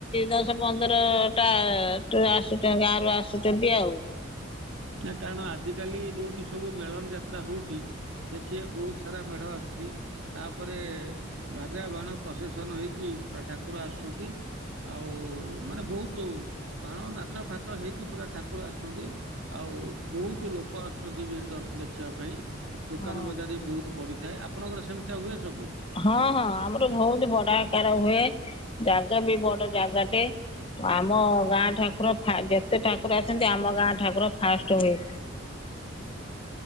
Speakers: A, on the left (about 25°); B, on the right (about 75°).
A: ଦଶ, ପନ୍ଦର ଟା ଟ୍ର ଆସୁଛନ୍ତି, ଗାଁ ରୁ ଆସୁଛନ୍ତି ଆଉ।
B: ନା କାରଣ ଆଜି କାଲି ଯୋଉଠି ସବୁ ମେଳନ ଯାତ୍ରା ହଉଛି ଦେଖିବେ ବହୁତ ସାରା ମେଢ଼ ଆସୁଛି। ତାପରେ ବାଜା, ବାଣ, ପ୍ରସେସନ୍‌ ହେଇକି ପୁରା ଠାକୁର ଆସୁଛନ୍ତି। ଆଉ, ମାନେ ବହୁତୁ ବାଣ, ନାଚ-ଫାଚ ହେଇକି ପୁରା ଠାକୁର ଆସୁଛନ୍ତି। ଆଉ ବହୁତ ଲୋକ ଆସୁଛନ୍ତି ଭି ଦର୍ଶନ ଏଠି ଦେଖିବା ପାଇଁ। ଦୋକାନ
A: ହଁ
B: ବଜାର ବି ବହୁତୁ ପଡିଥାଏ। ଆପଣଙ୍କର ସେମିତିଆ ହୁଏ ସବୁ?
A: ହଁ, ହଁ, ଆମର ବହୁତ ବଡ଼ ଆକାର ହୁଏ। ଜାଗା ବି ବଡ଼ ଜାଗାଟେ। ଆମ ଗାଁ ଠାକୁର ଫା ଯେତେ ଠାକୁର ଆସନ୍ତି, ଆମ ଗାଁ ଠାକୁର ଫାଷ୍ଟ ହୁଏ।